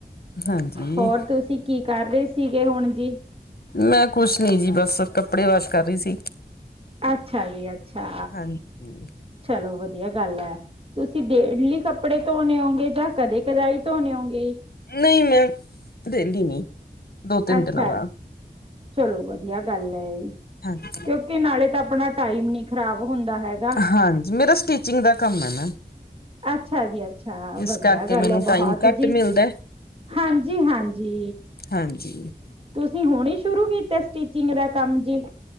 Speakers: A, on the left; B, on the right.
A: ਹਾਂਜੀ
B: ਹੋਰ ਤੁਸੀਂ ਕੀ ਕਰ ਰਹੇ? ਸੀਗੇ। ਹੁਣ ਜੀ
A: ਮੈਂ ਕੁਛ ਨੀ ਜੀ, ਬੱਸ ਕੱਪੜੇ ਵਾਸ਼ ਕਰ ਰਹੀ ਸੀ।
B: ਅੱਛਾ ਜੀ -ਅੱਛਾ
A: ਹਾਂਜੀ।
B: ਚਲੋ ਵਧੀਆ ਗੱਲ ਹੈ। ਤੁਸੀਂ ਡੇਲੀ ਕੱਪੜੇ ਧੋਣੇ ਹੋਗੇ, ਜਾਂ ਕਦੇ ਕਦਾਈ ਧੋਣੇ ਹੋਗੇ।
A: ਨਹੀਂ -ਨਹੀਂ ਡੇਲੀ ਨੀ, ਦੋ- ਤਿੰਨ,
B: ਅੱਛਾ
A: ਦਿਨਾਂ ਬਾਅਦ।
B: ਚਲੋ ਵਧੀਆ, ਗੱਲ ਹੈ।
A: ਹਾਂਜੀ
B: ਕਿਉਂਕਿ ਨਾਲੇ ਤਾਂ ਆਪਣਾ ਟਾਈਮ ਨੀ ਖ਼ਰਾਬ ਹੁੰਦਾ ਹੈਗਾ
A: ਹਾਂਜੀ, ਮੇਰਾ ਸਟੀਚਿੰਗ ਦਾ ਕੰਮ ਹੈ। ਮੈਮ
B: ਅੱਛਾ ਜੀ- ਅੱਛਾ
A: ਇਸ
B: ਵਧੀਆ
A: ਕਰਕੇ
B: ਗੱਲ
A: ਮੈਨੂੰ
B: ਹੈ। ਬਹੁਤ
A: ਟਾਈਮ ਘੱਟ
B: ਜੀ,
A: ਮਿਲਦਾ
B: ਹਾਂਜੀ- ਹਾਂਜੀ
A: ਹਾਂਜੀ।
B: ਤੁਸੀਂ ਹੁਣ ਸ਼ੁਰੂ ਕੀਤਾ। ਸਟੀਚਿੰਗ ਦਾ ਕੰਮ ਜੀ।